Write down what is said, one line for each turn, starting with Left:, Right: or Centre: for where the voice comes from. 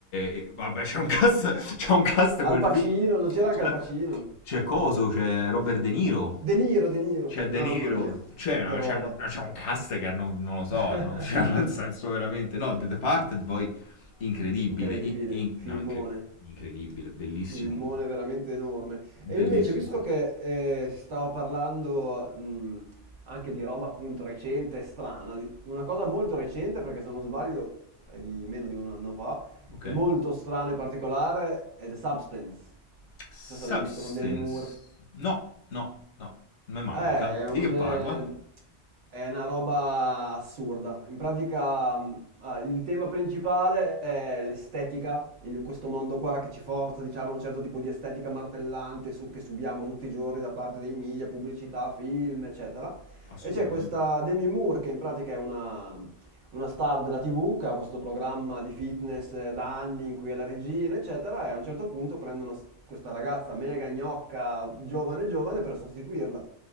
Left: e- Vabbè, c'è un cast, <laughs> c'è un cast
Right: Al
Left: quel
Right: Pacino,
Left: film,
Right: non c'era
Left: c'è
Right: anche Al Pacino?
Left: c'è coso, c'è Robert De Niro,
Right: De Niro, De Niro,
Left: c'è De
Right: mamma
Left: Niro,
Right: mia,
Left: c'è
Right: che roba.
Left: c'è- c'è un cast che non, non lo so,
Right: <laughs>
Left: no? <laughs> Cioè, nel senso veramente, no, The Departed poi incredibile,
Right: Incredibile,
Left: in- in-
Right: filmone.
Left: no, incre- incredibile, bellissimo,
Right: Filmone veramente enorme. E
Left: bellissimo,
Right: invece, visto che eh, si stava parlando mh, anche di roba appunto recente e strana, di- una cosa molto recente, perché se non sbaglio è di meno di un anno fa,
Left: ok?
Right: è molto strana e particolare, è The Substance.
Left: Substance.
Right: Non so se l'hai visto con Demi Moore.
Left: No, no, no, me manca.
Right: Eh, è
Left: Di
Right: un,
Left: che parla?
Right: eh, è una roba assurda. In pratica, mh, ah, il tema principale è l'estetica, il- questo mondo qua che ci forza, diciamo, a un certo tipo di estetica martellante su- che subiamo tutti i giorni da parte dei media, pubblicità, film, eccetera.
Left: Assolutamente.
Right: E c'è questa Demi Moore, che in pratica è una, una star della TV, che ha questo programma di fitness eh, da anni in cui è la regina, eccetera, e a un certo punto prendono s- questa ragazza mega gnocca, giovane giovane, per sostituirla.